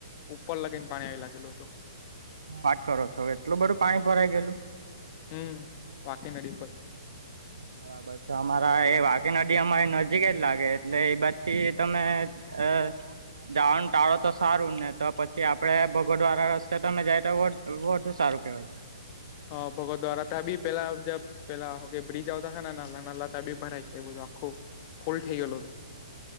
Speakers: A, on the left; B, on the right.
A: ઉપર લગીન પાણી આવી લાગેલુ હતું.
B: હું વાત કરો છો? એટલું બધું પાણી ભરાઈ ગેલુ?
A: હમ વાકી નદી પર.
B: <unintelligible> અમારા એ વાકી નદી અમારે નજીક જ લાગે. એટલે એ બાજ થી તમે અ... જાવાનું ટાળો તો સારું ને તો પછી આપડે ભગોડવાળા રસ્તે તમે જાય તો વ.... બધું સારું કેવાય.
A: હ ભગત વાળા તા ભી પહેલા જબ. પેલા હું કેય બ્રિજ આવતા હતા ને નાનલા નાનલા તા બી ભરાય ગેલુ બધું આખું ફુલ થઈ ગયેલુ હતું.